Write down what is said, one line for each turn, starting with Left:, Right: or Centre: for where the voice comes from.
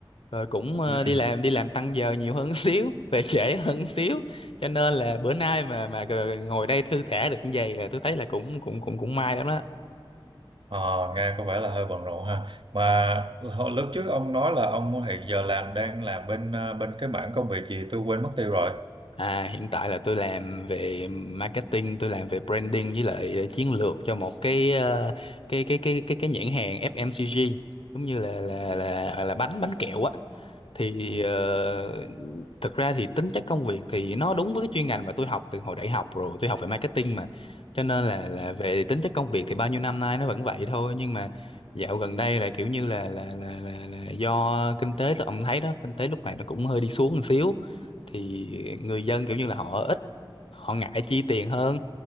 Left: rồi cũng ờ,
Right: ừ.
Left: đi
Right: ừ.
Left: làm đi làm tăng giờ nhiều hơn <laughs> xíu về trễ hơn xíu cho nên là bữa nay mà mà ờ, ngồi đây thư thả được như vậy là tôi thấy là cũng cũng cũng cũng may lắm đó
Right: Ờ, nghe có vẻ là hơi bận rộn ha mà hồi- lúc trước ông nói là ông hiện giờ làm đang làm bên ờ, bên cái mảng công việc gì tôi quên mất tiêu rồi
Left: À, hiện tại là tôi làm về marketing, tôi làm về branding với lại ờ, chiến lược cho một cái ờ, cái cái cái cái cái nhãn hàng FMCG giống như là là là là bánh bánh kẹo á. Thì
Right: Ừ.
Left: ờ, thực ra thì tính chất công việc thì nó đúng với cái chuyên ngành mà tôi học từ hồi đại học rồi, tôi học về marketing mà. Cho nên là là về tính chất công việc thì bao nhiêu năm nay nó vẫn vậy thôi nhưng mà dạo gần đây là kiểu như là là là là, là do kinh tế ông thấy đó, kinh tế lúc này nó cũng hơi đi xuống một xíu thì người dân kiểu như là họ ít họ ngại chi tiền hơn